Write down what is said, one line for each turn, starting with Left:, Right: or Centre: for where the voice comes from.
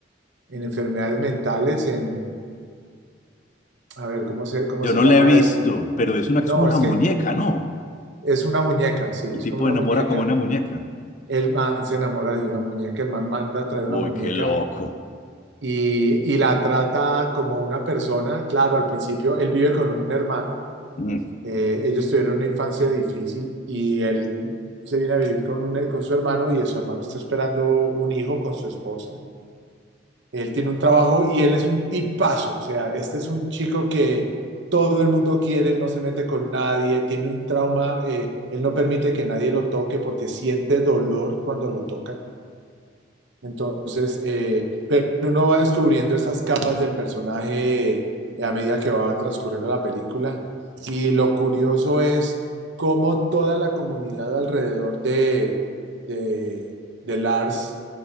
Right: en enfermedades mentales, en A ver, ¿cómo se, cómo
Left: Yo
Right: se
Left: no
Right: llama
Left: la he visto,
Right: esto?
Left: pero es una
Right: No,
Left: que es como una
Right: es
Left: muñeca,
Right: que
Left: ¿no?
Right: es una muñeca, sí,
Left: El
Right: es
Left: tipo
Right: con una
Left: enamora
Right: muñeca.
Left: como una muñeca.
Right: El man se enamora de una muñeca, el man manda a traer
Left: Uy,
Right: una muñeca
Left: qué loco.
Right: y, y la trata como una persona. Claro, al principio él vive con un hermano,
Left: Mm.
Right: eh, ellos tuvieron una infancia difícil y él se viene a vivir con, un, con su hermano y su hermano está esperando un hijo con su esposa. Él tiene un trabajo y él es un tipazo, o sea, este es un chico que todo el mundo quiere, él no se mete con nadie, tiene un trauma, eh, él no permite que nadie lo toque porque siente dolor cuando lo tocan. Entonces, eh, pero uno va descubriendo esas capas del personaje eh, a medida que va transcurriendo la película. Y lo curioso es cómo toda la comunidad alrededor de, de, de Lars